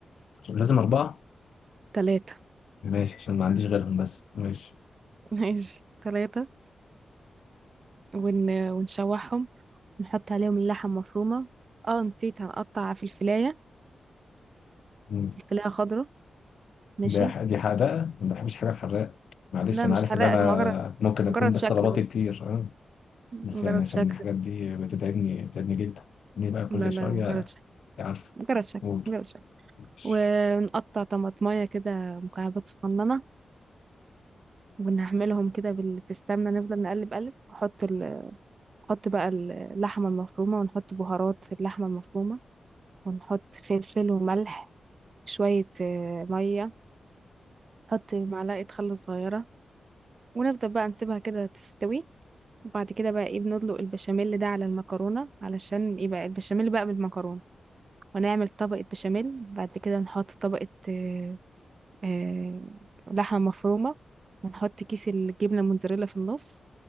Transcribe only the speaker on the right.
ثلاثه
<laughs> ماشي ثلاثه ون... ونشوحهم نحط عليهم اللحم مفرومه اه نسيت هنقطع في الفلايه
الفلايه خضراء ماشي
لا
مش
حراق
مجرد
مجرد
شكل
بس
مجرد
شكل
لا لا
مجرد شك
مجرد شك
مجرد شك
ونقطع طماطمايه كده مكعبات صغننه ونعملهم كده بال... في السمنه نفضل نقلب قلب نحط ال... نحط بقى اللحمه المفرومه ونحط بهارات في اللحمه المفرومه ونحط فلفل وملح شويه آه، ميه نحط معلقه خل صغيره ونفضل بقى نسيبها كده تستوي وبعد كده بقى ايه بندلق البشاميل ده على المكرونه علشان يبقى البشاميل بقى بالمكرونه ونعمل طبقه بشاميل بعد كده نحط طبقه آه، آه، لحمة مفرومة ونحط كيس الجبنة الموتزاريلا في النص